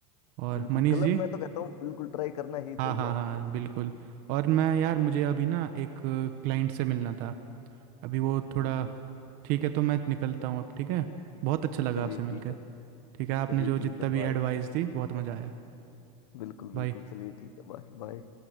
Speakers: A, on the right; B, on the left.
A: और
B: बिल्कुल
A: मनीष
B: क्लब
A: जी
B: में तो कहता हूँ बिल्कुल ट्राई करना ही
A: हाँ
B: चाहिए
A: हाँ हाँ
B: आपको
A: बिल्कुल और मैं यार मुझे अभी ना एक क्लाइंट से मिलना था अभी वो थोड़ा
B: बिल्कुल
A: ठीक है तो मैं निकलता हूँ अब ठीक है बहुत अच्छा लगा
B: चलिए
A: आपसे मिलकर
B: ठीक है
A: ठीक है आपने
B: चलिए
A: जो जितना
B: ठीक है
A: भी
B: बाय
A: एडवाइस दी बहुत मज़ा आया
B: बिल्कुल
A: बाय
B: बिल्कुल चलिए ठीक है बाय बाय